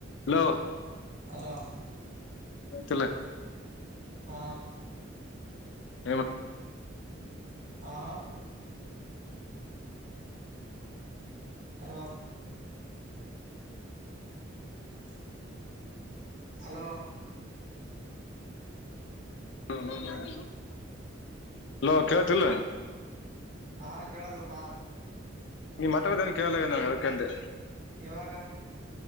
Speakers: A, on the left (about 65°); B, on the right (about 45°).
A: Hello
B: hello
A: ತ್ತಿಲ್ಲ
B: ಆ
A: ಏನು
B: ಆ ಹಲೋ <inaudible> ಹಲೋ
A: <unintelligible> ಹಲೋ ಕೇಳ್ತಿಲ್ಲ.
B: ಹಾ ಕೇಳಾರಪ್ಪಾ
A: ನೀ ಮಾತಾಡೋದ್ ಏನ್ ಕೇಳಲಾಗನ ಅದಕ್ ಅಂದೆ.
B: ಇವಾಗ